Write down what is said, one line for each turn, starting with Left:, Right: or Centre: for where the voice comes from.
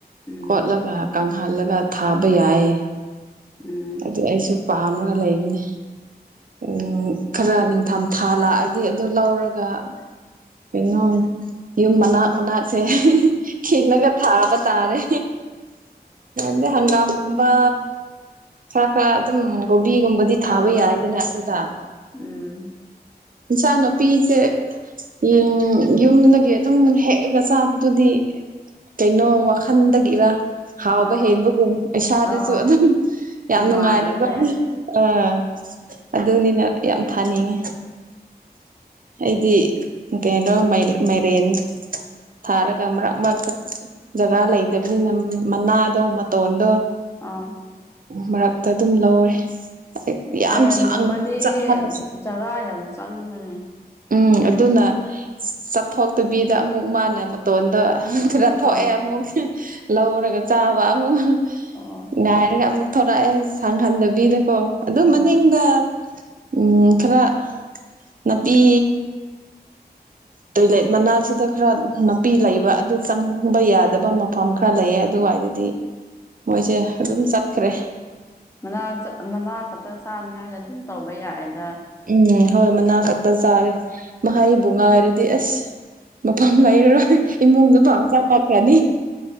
Left: ꯎꯝ
Right: ꯀꯣꯠꯂꯒ ꯀꯪꯍꯜꯂꯒ ꯊꯥꯕ ꯌꯥꯏ
Left: ꯎꯝ
Right: ꯑꯗꯨ ꯑꯩꯁꯨ ꯄꯥꯝꯔꯒ ꯂꯩꯕꯅꯦ ꯎꯝ ꯈꯔ ꯅꯤꯡꯊꯝ ꯊꯥ ꯂꯥꯛꯑꯗꯤ ꯑꯗꯨ ꯂꯧꯔꯒ ꯀꯩꯅꯣ ꯌꯨꯝ ꯃꯅꯥꯛ ꯃꯅꯥꯛꯁꯦ ꯈꯤꯜꯂꯒ ꯊꯥꯕ ꯇꯥꯔꯦ ꯌꯥꯝꯗꯤ ꯍꯪꯒꯥꯝꯒꯨꯝꯕ ꯈꯔ ꯈꯔ ꯑꯗꯨꯝ ꯀꯣꯕꯤꯒꯨꯝꯕꯗꯤ
Left: ꯑꯥ
Right: ꯊꯥꯕ ꯌꯥꯏ ꯑꯗꯨꯅ ꯑꯗꯨꯗ
Left: ꯎꯝ
Right: ꯏꯟꯁꯥꯡ ꯅꯥꯄꯤꯁꯦ ꯌꯨꯝ ꯌꯨꯝꯗꯒꯤ ꯑꯗꯨꯝ ꯍꯦꯛꯑꯒ ꯆꯥꯕꯗꯨꯗꯤ ꯀꯩꯅꯣ ꯋꯥꯈꯟꯗꯒꯤꯔꯥ ꯍꯥꯎꯕ
Left: ꯑꯥ
Right: ꯍꯦꯟꯕꯒꯨꯝ ꯏꯁꯥꯗꯁꯨ
Left: ꯑꯥ
Right: ꯑꯗꯨꯝ ꯌꯥꯝ
Left: ꯅꯨꯡꯉꯥꯏꯕꯅꯦ
Right: ꯅꯨꯡꯉꯥꯏꯅꯀꯣ ꯑꯥ ꯑꯗꯨꯅꯤꯅ ꯌꯥꯝ ꯊꯥꯅꯤꯡꯉꯤ ꯑꯩꯗꯤ ꯀꯩꯅꯣ ꯃꯥꯏꯔꯦꯟ ꯊꯥꯔꯒ ꯃꯔꯛ ꯃꯔꯛꯇ ꯖꯒꯥ ꯂꯩꯗꯕꯅꯤꯅ ꯃꯅꯥꯗꯣ ꯃꯇꯣꯟꯗꯣ
Left: ꯑꯥ
Right: ꯃꯔꯛꯇ ꯑꯗꯨꯝ ꯂꯧꯔꯦ ꯌꯥꯝ
Left: ꯃꯥꯏꯔꯦꯟꯒꯨꯝꯕꯗꯤ
Right: ꯁꯥꯡꯅ ꯆꯠꯍꯜꯂꯁꯨ
Left: ꯖꯒꯥ ꯌꯥꯝ ꯆꯪꯕꯅꯦ
Right: ꯎꯝ ꯑꯗꯨꯅ ꯆꯠꯊꯣꯛꯇꯕꯤꯗ ꯑꯃꯨꯛ ꯃꯥꯅ ꯃꯇꯣꯟꯗ ꯈꯔ ꯊꯣꯛꯑꯦ
Left: ꯑꯥ
Right: ꯑꯃꯨꯛ ꯂꯧꯔꯒ ꯆꯥꯕ ꯑꯃꯨꯛ
Left: ꯑꯣ
Right: ꯉꯥꯏꯔꯒ ꯑꯃꯨꯛ ꯊꯣꯔꯛꯑꯦ ꯁꯥꯡꯍꯟꯗꯕꯤꯗꯀꯣ ꯑꯗꯨ
Left: ꯎꯝ
Right: ꯃꯅꯤꯡꯗ ꯎꯝ ꯈꯔ ꯅꯥꯄꯤ
Left: <inaudible>
Right: ꯇꯣꯏꯂꯦꯠ ꯃꯅꯥꯛꯁꯤꯗ ꯈꯔ ꯅꯥꯄꯤ ꯂꯩꯕ ꯑꯗꯨ ꯆꯪꯕ ꯌꯥꯗꯕ ꯃꯐꯝ ꯈꯔ ꯂꯩꯌꯦ ꯑꯗꯨꯋꯥꯏꯗꯗꯤ ꯃꯣꯏꯁꯦ ꯑꯗꯨꯝ ꯆꯠꯈ꯭ꯔꯦ
Left: ꯅꯥ ꯃꯅꯥ ꯈꯛꯇ ꯆꯥꯅꯤꯉꯥꯏꯗ ꯑꯗꯨꯝ ꯇꯧꯕ ꯌꯥꯏꯑꯦꯗ
Right: ꯎꯝ ꯍꯣꯏ ꯃꯅꯥ ꯈꯛꯇ ꯆꯥꯔꯦ ꯃꯍꯩꯕꯨ ꯉꯥꯏꯔꯗꯤ ꯑꯁ ꯃꯐꯝ ꯂꯩꯔꯔꯣꯏ ꯏꯃꯨꯡꯗ <unintelligible> ꯂꯥꯛꯀꯅꯤ